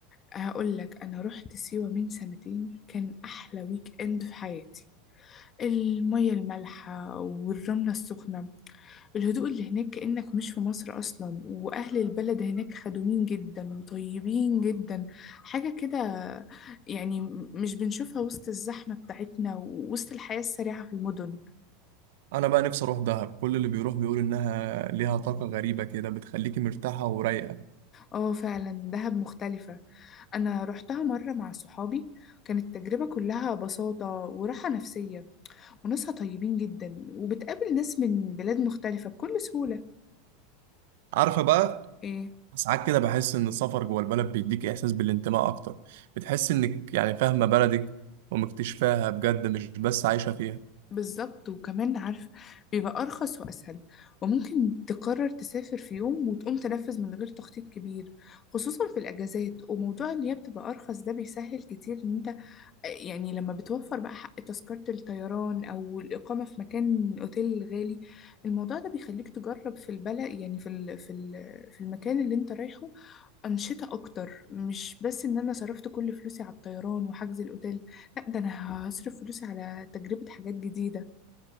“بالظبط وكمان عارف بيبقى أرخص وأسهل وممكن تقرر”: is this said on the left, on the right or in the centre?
Left